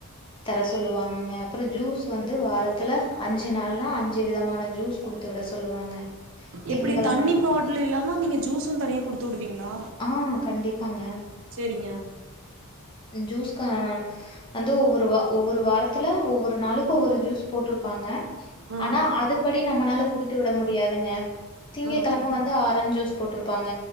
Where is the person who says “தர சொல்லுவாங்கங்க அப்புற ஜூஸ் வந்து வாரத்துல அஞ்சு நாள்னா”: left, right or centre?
Left